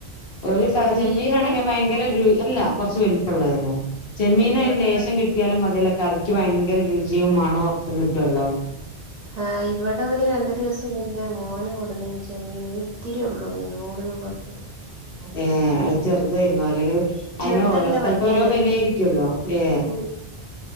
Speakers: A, on the left; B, on the right.
A: ഒരു ട്ടാ
B: ചെറിയതാ
A: ചെമ്മീനാണെങ്കി ഭയങ്കര രു അല്ല കൊറച്ച് വലുപ്പള്ളതന്നെ ചെമ്മീനയിന്
B: ഏഹ് ഇവിടെ
A: ലേശം കിട്ട്യാലും മതിയല്ലോ കറിക്ക് ഭയങ്കര രുചിയും മണോ ഒക്കെ കിട്ടുവല്ലോ
B: ആഹ് ഇവടിവന് രണ്ട് ദിവസം മുൻ ഞാ മോന് കൊടുന്നീനി ചെമ്മീന് ഒരിത്തിര് രിയൊള്ളു അയിന് നൂറ് രൂപക്ക്
A: ഏ അയ് ചെറുതായിരുന്നു അല്ലെങ്കി അയിന്
B: ചെറുതല്ല
A: ഓരോ സ്ഥലത്ത്
B: വല്യത്
A: ഓരോ വെലേയിരിക്കൂല്ലോ ഏ
B: ഉം